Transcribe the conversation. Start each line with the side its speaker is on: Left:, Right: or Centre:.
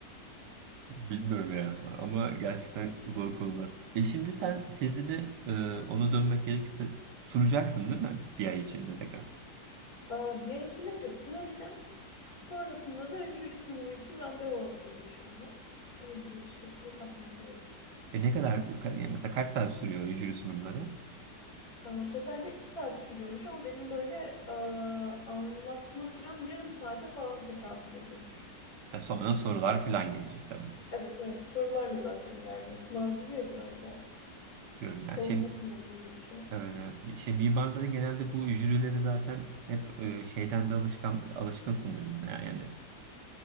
Right: Bilmiyorum ya ama gerçekten zor konular. E şimdi sen tezini e, ona dönmek gerekirse sunacaksın değil mi? Bir ay içinde tekrar.
Left: E, Bir ay içinde teslim edeceğim. Sonrasında da jüri sunumu için randevu alacağım inşallah. Öyle gelişecek diye tahmin ediyorum.
Right: E ne kadar ka- mesela kaç saat sürüyor jüri sunumları?
Left: E, Totalde iki saat sürüyormuş ama benim böyle e, anlatma sürem yarım saate falan tekabül ediyormuş.
Right: Ha, sonra sorular falan gelecek tabii.
Left: Evet evet sorularla zaten ilerliyor. Sınav gibi ya biraz da.
Right: Diyorum
Left: Savunma
Right: yani. Şey,
Left: sınavı diye geçiyor.
Right: Evet, evet. Şey, mimarları genelde bu jürileri zaten hep e, şeyden de alışkan alışkınsındır. Yani, yani